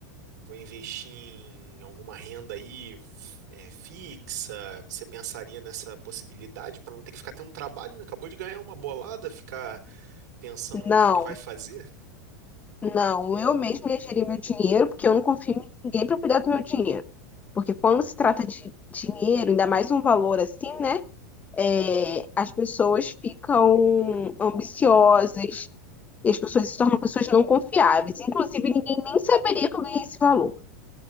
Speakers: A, on the right; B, on the left.
A: Vou investir em alguma renda aí é, fixa? Você pensaria nessa possibilidade para não ter que ficar tendo um trabalho, né? Acabou de ganhar uma bolada, ficar pensando no
B: Não,
A: que que vai fazer?
B: não, eu mesma ia gerir meu dinheiro, porque eu não confio em ninguém para cuidar do meu dinheiro. Porque quando se trata de dinheiro, ainda mais um valor assim, né? é, as pessoas ficam ambiciosas e as pessoas se tornam pessoas não confiáveis. Inclusive, ninguém nem saberia que eu ganhei esse valor.